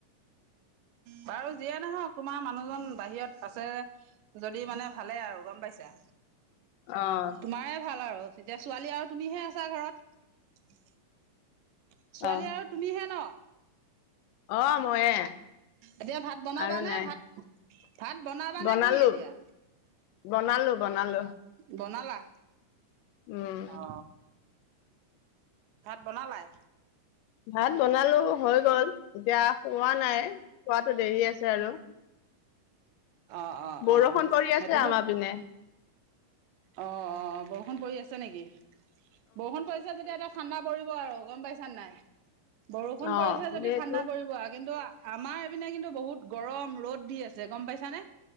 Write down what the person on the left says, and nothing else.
অ',
অ',
অ ময়ে
আৰু
নাই
বনালো
বনালো বনালো
উম,
ভাত বনালো হৈ গ'ল এতিয়া খোৱা নাই খোৱাটো দেৰি আছে আৰু
বৰষুণ
পৰি
আছে আমাৰ পিনে
অ',
যিহেতু